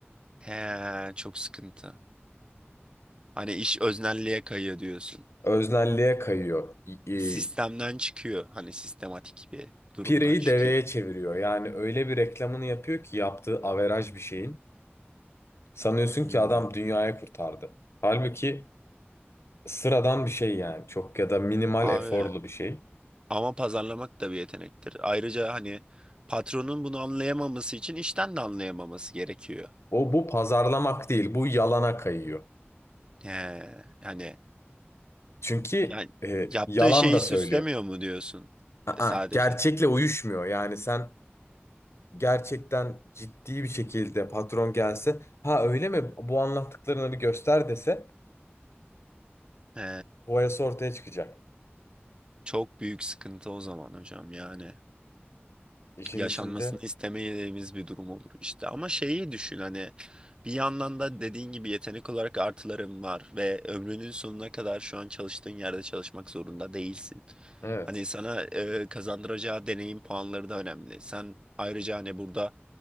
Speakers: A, on the right; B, on the left.
A: He, çok sıkıntı. Hani iş öznelliğe kayıyor diyorsun.
B: Öznelliğe kayıyor. İ- i-
A: sistemden çıkıyor. Hani sistematik bir durumdan
B: pireyi
A: çıkıyor.
B: deveye çeviriyor. Yani öyle bir reklamını yapıyor ki yaptığı averaj bir şeyin. Sanıyorsun
A: Hmm,
B: ki adam dünyayı kurtardı. Halbuki sıradan bir şey yani. Çok ya da minimal
A: Abi
B: eforlu bir şey.
A: ama pazarlamak da bir yetenektir. Ayrıca hani patronun bunu anlayamaması için işten de anlayamaması gerekiyor.
B: O bu pazarlamak değil. Bu yalana kayıyor.
A: He, yani
B: Çünkü
A: yani
B: e,
A: yaptığı
B: yalan
A: şeyi
B: da
A: süslemiyor
B: söylüyor.
A: mu diyorsun
B: Aa,
A: E, sadece.
B: gerçekle uyuşmuyor. Yani sen gerçekten ciddi bir şekilde patron gelse ha öyle mi bu anlattıklarını göster dese
A: He,
B: boyası ortaya çıkacak.
A: çok büyük sıkıntı o zaman hocam yani.
B: işin
A: yaşanmasını
B: içinde
A: istemediğimiz bir durum olur işte. Ama şeyi düşün hani bir yandan da dediğin gibi yetenek olarak artıların var ve ömrünün sonuna kadar şu an çalıştığın yerde çalışmak zorunda değilsin.
B: evet
A: Hani sana e, kazandıracağı deneyim puanları da önemli. Sen ayrıca hani burada